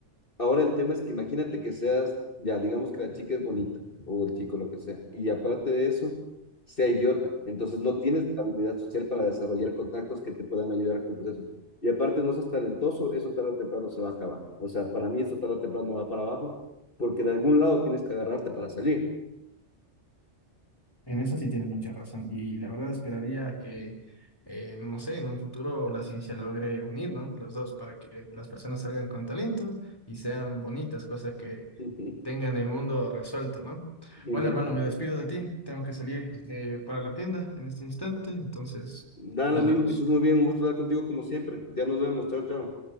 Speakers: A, on the left; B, on the left.
A: Ahora el tema es que imagínate que seas, ya digamos que la chica es bonita o el chico, lo que sea, y aparte de eso, sea idiota. Entonces no tienes la habilidad social para desarrollar contactos que te puedan ayudar con todo eso. Y aparte no seas talentoso, eso tarde o temprano se va a acabar. O sea, para mí eso tarde o temprano va para abajo, porque de algún lado tienes que agarrarte para salir.
B: En eso sí tienes mucha razón. Y la verdad esperaría que, eh, no sé, en un futuro la ciencia logre unir, ¿no? Los dos para que las personas salgan con talento y sean bonitas, cosa que
A: <laughs>
B: tengan el mundo resuelto, ¿no?
A: Literal.
B: Bueno, hermano, me despido de ti. Tengo que salir eh, para la tienda en este instante, entonces
A: Dale,
B: nos
A: amigo,
B: vemos.
A: que estés muy bien. Un gusto hablar contigo como siempre. Ya nos vemos. Chao, chao.